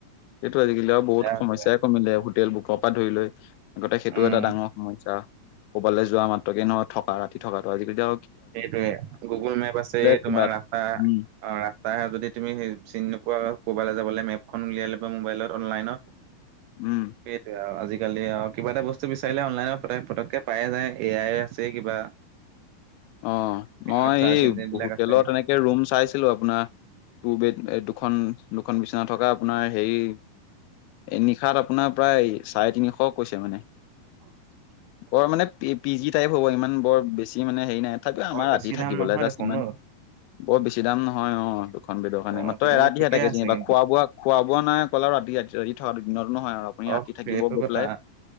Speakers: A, on the left; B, on the right.
A: এইটো আজিকালি আৰু বহুত
B: হৈছে
A: সমস্যাই কমিলে। হোটেল বুকৰ পৰা ধৰি লৈ। আগতে সেইটো
B: উম
A: এটা ডাঙৰ সমস্যা। ক'বালৈ যোৱা মাত্ৰকে নহ থকা ৰাতি থকাটো। আজিকালিতো
B: সেইটোৱে। গুগল মেপ আছে,
A: কিবা
B: তোমাৰ
A: এটা
B: ৰাস্তা অ'
A: উম
B: ৰাস্তা হেৰাই যদি তুমি হেই চিনি নোপোৱা, ক'ৰবালৈ যাবলৈ মেপখন উলিয়াই লবা মোবাইলত অনলাইনত।
A: উম।
B: সেইটোৱে আৰু, আজিকালি আও কিবা এটা বস্তু বিচাৰিলে অনলাইনত পতে - পতককে পায়ে যায়, এ আই আছে কিবা।
A: অ'
B: সেইদিনা
A: মই
B: চাৰ্চ
A: এই
B: ইঞ্জিন বিলাক
A: হোটেলত
B: আছে
A: এনেকে ৰুম চাইছিলো আপোনাৰ। টু বেড- এ দুখন - দুখন বিচনা থকা আপোনাৰ হেৰি এ নিশাত আপোনাৰ প্ৰায় চাৰে তিনিশ কৈছে মানে
B: <unintelligible>
A: বৰ মানে পি পি জি টাইপ হ'ব ইমান বৰ বেছি মানে হেৰি নাই তথাপিও
B: বৰ
A: আমাৰ
B: বেছি
A: ৰাতি থাকিবলে
B: দাম নহয়
A: যাষ্ট
B: দেখোন
A: ইমান
B: ন
A: বৰ বেছি দাম নহয় অ দুখন বেডৰ কাৰনে
B: অ
A: মাত্ৰ
B: তেতিয়াহ'লে
A: এৰাতিহে
B: ঠিকে
A: তাকে
B: আছে
A: যেনিবা
B: কিন্তু
A: খোৱা বোৱা খোৱা বোৱা নাই অক'ল আৰু ৰাতি ৰাতি ৰাতি থকাটো দিনতো নহয় আৰু আপুনি
B: অ
A: ৰাতি থাকিব
B: সেইটো
A: গৈ
B: কথা
A: পেলাই